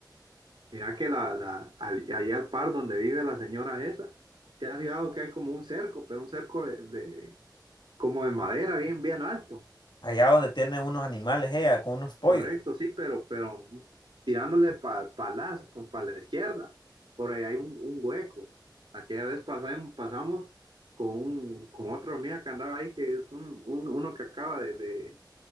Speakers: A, on the right; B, on the left.
A: Mira que la, la, al- ahí al par donde vive la señora esa, te has fijado que hay como un cerco, pero un cerco de, de- como de madera bien, bien alto.
B: Allá donde tiene unos animales ella, con unos pollos,
A: Correcto, sí, pero, pero tirándole pa, pa la, con- pa la izquierda. Por ahí hay un, un hueco. Aquella vez pasam- pasamos con, un- con otra hormiga que andaba ahí, que es un, un- uno que acaba de, de,